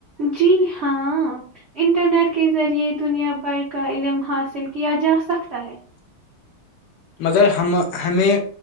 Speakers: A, on the right; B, on the left.
A: جی ہاں انٹرنیٹ کے ذریعے دنیا بھر کا علم حاصل کیا جا سکتا ہے
B: مگر ہم ہمیں